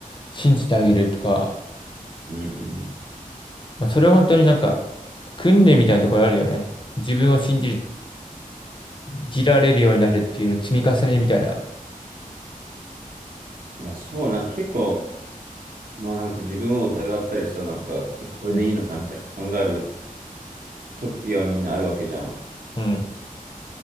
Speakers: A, on the left (about 35°); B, on the right (about 70°).
A: 信じてあげるとか、
B: うんうん。
A: まあ、それは本当になんか、訓練みたいなところあるよね。自分を信じる、じられるようになるっていうの積み重ねみたいな。
B: いや、そうな、結構、まあなんか自分を疑ったりさ、なんか、え、これでいいのかみたいな考える
A: うん
B: 時はみんなあるわけじゃん。
A: うん。